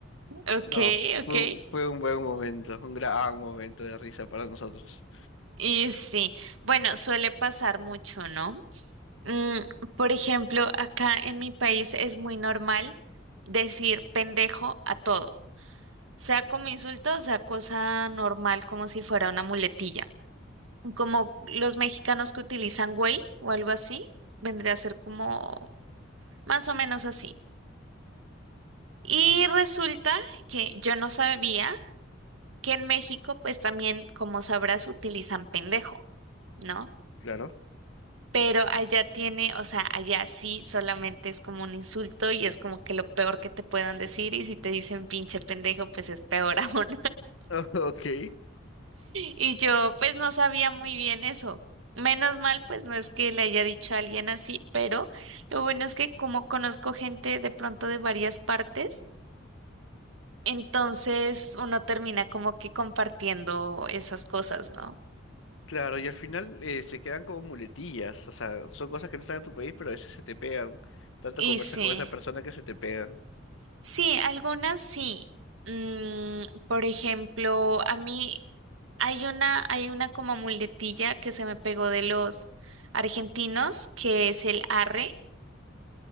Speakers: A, on the right; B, on the left.
A: ok,
B: No,
A: ok.
B: fue, fue un buen momento, un gran momento de risa para nosotros.
A: Y sí, bueno, suele pasar mucho, ¿no? Mm, por ejemplo, acá en mi país es muy normal decir pendejo a todo, sea como insulto, o sea cosa normal, como si fuera una muletilla. Como los mexicanos que utilizan güey o algo así, vendría a ser como más o menos así. Y
B: Mm,
A: resulta que yo no sabía que en México, pues también, como sabrás, utilizan pendejo, ¿no?
B: Claro.
A: Pero allá tiene, o sea, allá sí solamente es como un insulto y es como que lo peor que te puedan decir y si te dicen pinche pendejo, pues es peor <laughs> aún.
B: <laughs> Ok,
A: Y yo, pues no sabía muy bien eso. Menos mal, pues no es que le haya dicho a alguien así, pero lo bueno es que como conozco gente de pronto de varias partes, Entonces uno termina como que compartiendo esas cosas, ¿no?
B: claro, y al final eh, se quedan como muletillas, o sea, son cosas que no están en tu país, pero a veces se te pegan. Tanto
A: Y
B: conversas
A: sí,
B: con esa persona que se te pegan.
A: sí, algunas sí. Mm, por ejemplo, a mí hay una, hay una como muletilla que se me pegó de los argentinos, que es el arre.